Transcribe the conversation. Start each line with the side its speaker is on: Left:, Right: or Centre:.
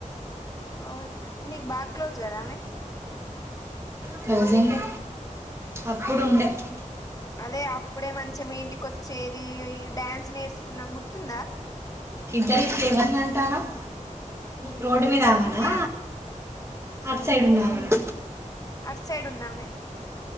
Left: అవును నీకు బాగా క్లోజ్ కదా ఆమె
Right: క్లోజ్ అండి అప్పుడు ఉండే
Left: అదే అప్పుడే మంచిగా మీ ఇంటికిొచ్చేది డ్యాన్స్ నేర్చుకున్నాం గుర్తుందా
Right: ఇద్దరి ఫ్లేవర్ నంటాన్నవ్ రోడ్ మీద ఆమనా
Left: నిన్నే
Right: అటు సైడ్ ఉన్నామనా
Left: అట్ సైడ్ ఉన్నా ఆమే